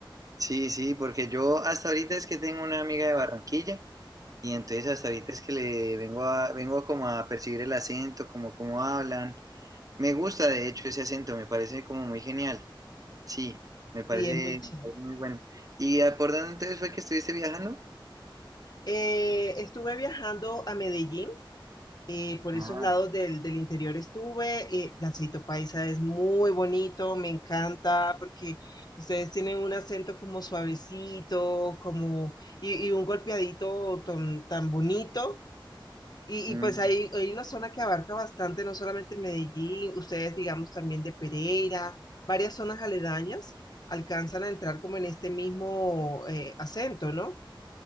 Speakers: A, on the right; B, on the left.
A: Sí, sí, porque yo hasta ahorita es que tengo una amiga de Barranquilla y entonces hasta ahorita es que le vengo a, vengo a como a percibir el acento, como cómo hablan. Me gusta de hecho ese acento, me parece como muy genial. Sí, me parece,
B: sí, es muy chévere.
A: me parece muy bueno. ¿Y ah, por dónde entonces fue que estuviste viajando?
B: Eh, estuve viajando a Medellín eh, por
A: Ah,
B: esos lados del, del interior estuve. eh, el aceito paisa es muy bonito, me encanta porque ustedes tienen un acento como suavecito, como y, y un golpeadito tan, tan bonito. Y,
A: mm,
B: y pues hay, hay una zona que abarca bastante, no solamente Medellín, ustedes digamos también de Pereira, varias zonas aledañas alcanzan a entrar como en este mismo eh, acento, ¿no?